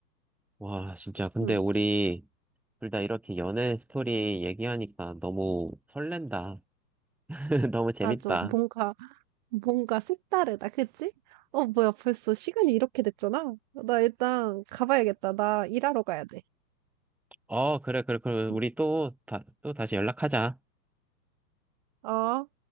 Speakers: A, in the centre; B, on the right.
A: 와, 진짜. 근데
B: 응.
A: 우리 둘 다 이렇게 연애 스토리 얘기하니까 너무 설렌다. <laughs> 너무 재밌다.
B: 맞아. 뭔가 뭔가 색다르다. 그치? 어 뭐야 벌써 시간이 이렇게 됐잖아. 나 일단 가봐야겠다. 나 일하러 가야 돼.
A: 어, 그래, 그래, 그래. 우리
B: 응.
A: 또, 다, 또 다시 연락하자.
B: 어.